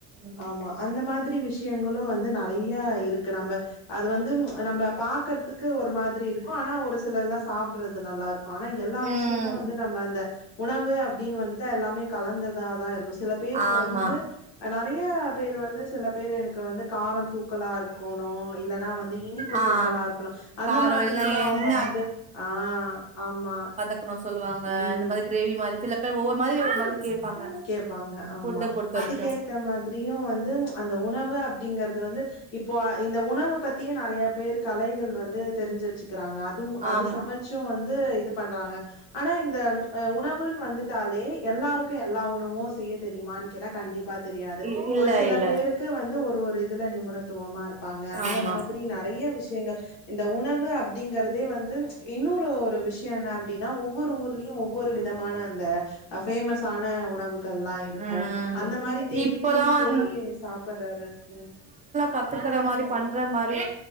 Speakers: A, on the right; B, on the left.
A: ம்
B: ஆமா. அந்த மாதிரி விஷியங்களு வந்து நறையா இருக்கு நம்ப அது வந்து நம்ம பாக்கறதுக்கு ஒரு மாதிரி இருக்கு ஆனா ஒரு சிலதுல்லா சாப்புடுறது நல்லாருக் கு ஆனா எல்லா
A: ம்
B: விஷயமு வந்து நம்ம அந்த உணவு அப்டினு வந்துட்டா எல்லாமே கலந்ததாதா இருக்கு சில பேருக்
A: ஆமா
B: அ நெறைய பேரு வந்து சில பேர் எனக்கு வந்து காரோ தூக்கலா இருக்கோணு இல்லன்னா வந்து இனிப்பு
A: ஆ
B: தூக்கலா இருக்கணு அந்த
A: காரோ
B: மாதிரில்லா
A: இல்லன்னா எண்ண
B: அவங்க வந்து ஆ ஆமா
A: க்கனு சொல்லுவாங்க
B: ம்.
A: இந்த மாரி கிரேவி மாரி சில பேர் ஒவ்வொரு மாரி ஒரு மாதிரி கேப்பாங்க
B: கேப்பாங்க ஆமா
A: ஃபுட்ட பொறுத்த
B: அதுக்கே
A: வரைக்கு
B: த்த மாதிரியு வந்து அந்த உணவு அப்படிங்கறது வந்து இப்போ இந்த உணவு பத்தியே நெறைய பேர் கலைகள் வந்து தெரிஞ்சிரு வெச்சுக்கிறாங்க அதும் அது
A: ஆம்
B: சமச்சு வந்து இது பண்றாங்க ஆனா இந்த அ உணவுன்னு வந்துட்டாலே எல்லாருக்கு எ எல்லா உணவூ செய்ய தெரியுமான்னு கேட்டா கண்டிப்பா தெரியாது
A: இ இல்ல
B: ஒரு சில
A: இல்ல
B: பேருக்கு வந்து ஒரு ஒரு இதுல நிபுணத்துவமா இருப்பாங்க அந்த
A: ஆமா
B: மாதி ரி நறைய விஷயங்கள் இந்த உணவு அப்டிங்கறதே வந்து இன்னொரு ஒரு விஷ்யோ என்ன அப்டின்னா ஒவ்வொரு ஊர்லியு ஒவ்வொரு விதமான அந்த ஃபேமஸ் தான உணவுகள்லா இருக்கு
A: ம்
B: அந்த மாரி தேடி
A: இப்பல்லா
B: தேடி
A: வந்
B: போய் சாப்பர்ற ரெசிபி
A: கத்துக்குற மாரி பண்ற மாரி